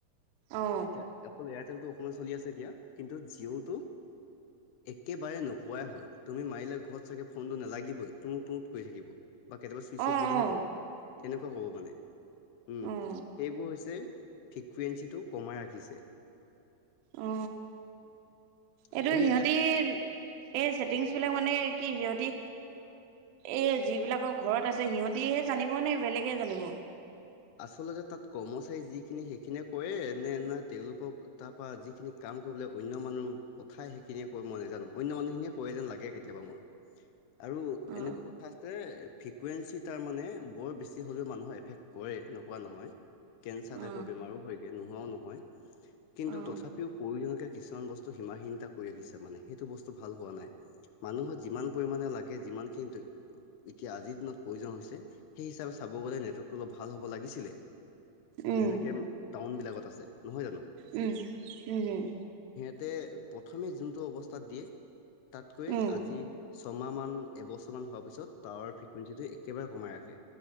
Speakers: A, on the right; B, on the left.
A: অ
B: এতিয়া অকল এয়াৰটেল টো- অকণমান চলি আছে এতিয়া কিন্তু জিঅ'টো একেবাৰে নোপোৱাই হ'ল। তুমি মাৰিলে ঘৰত চাগে ফোনটো নালাগিবই তুঁত তুঁত কৰি থাকিব বা কেতিয়াবা চুইচ
A: অ
B: অফ বুলিহে
A: অ
B: কব তেনেকুৱা কব মানে। উম'
A: অ
B: সেইবোৰ হৈছে ফ্ৰিকুৱেঞ্চিটো কমাই ৰাখিছে
A: অ এইটো
B: তুমি
A: সিহঁতি
B: এতিয়া
A: এচি টিং বিলাক মানে কি সিহঁতি এই যিবিলাকৰ ঘৰত আছে সিহঁতি হে জানিব নে বেলেগে জানিব?
B: আচলতে তা'ত কৰ্মচাৰী যিখিনি সেইখিনিয়ে কৰে নে' নে' তেওঁলোকৰ তাৰপৰা যিখিনি কাম কৰিব অন্য মানুহ পথাই সেইখিনিয়ে কই, মই নাজানো অন্য মানুহখিনিয়ে কয় যেন লাগে কেতিয়াবা মোৰ আৰু
A: অ
B: এনেকুৱা কথা আছে ফ্ৰিকুৱেঞ্চি তাৰ মানে বৰ বেছি হ'লেও মানুহৰ এফেক্ট- কৰে নোকোৱা নহয়, কেনঞ্চাৰ টাইপৰ
A: অ
B: বেমাৰো হয় নোহোৱাও নহয় কিন্তু
A: অ অ
B: তথাপিও পৰিয়ালকে কিছুমান বস্তু সীমাৰ চিন্তা কৰি আহিছে মানে সেইটো বস্তু ভাল হোৱা নাই মানুহৰ যিমান পৰিমাণে লাগে যিমান খিনি এতিয়া আজিৰ দিনত প্ৰয়োজন হৈছে সেই হিচাপে চাব ক'ব গ'লে নেটৱৰ্ক তো অলপ ভাল হ'ব লাগিছিলে।
A: উম
B: যেনেকে টাউন বিলাকত আছে নহয় জানো
A: উমঁ হম হম
B: তা'তে প্ৰথমে যোনটো অৱস্থাত দিয়ে তা'তকৈ
A: হম উম
B: আজি ছমাহ মান, এবছৰমান হোৱাৰ পিছত টাৱাৰ ফ্ৰিকুৱেঞ্চিটো একেবাৰে কমাই ৰাখে